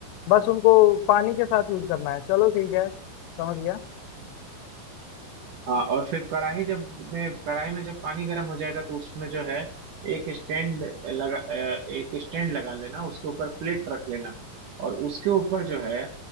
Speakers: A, on the left (about 85°); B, on the right (about 55°).
A: बस उनको पानी के साथ यूज करना है चलो ठीक है समझ गया
B: हाँ और फिर कढ़ाई जब में कढ़ाई में जब पानी गर्म हो जाएगा तो उसमें जो है एक स्टैंड लगा अ, एक स्टैंड लगा लेना उसके ऊपर प्लेट रख लेना और उसके ऊपर जो है